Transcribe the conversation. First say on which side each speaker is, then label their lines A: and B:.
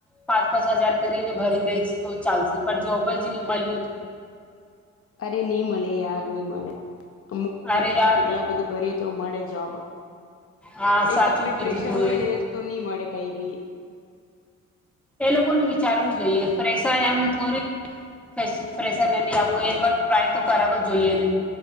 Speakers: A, in the centre; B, on the left.
A: પાંચ પાંચ હજાર કરીને ભરી દઈશ તો ચાલશે પણ જોબ જ નહી મલ્યુ તું
B: અરે, ની મલે યાર ની મલે. કમુક એમ
A: અરે યાર
B: કેટલા બધું કરીએ તો મળે જોબ
A: હા
B: એક
A: સાચું
B: તો આપડે
A: કીધું
B: ફ્રેશર
A: તું
B: હોય
A: એ
B: ને તો ની મળે. કઈબી
A: એ લોકોનું વિચારવું જોઈએ ફેશર એમ થોરી ફ્રેશ ફેશરને ની આપું એક વાર ટ્રાય તો કરાવો જ જોઈએ એને.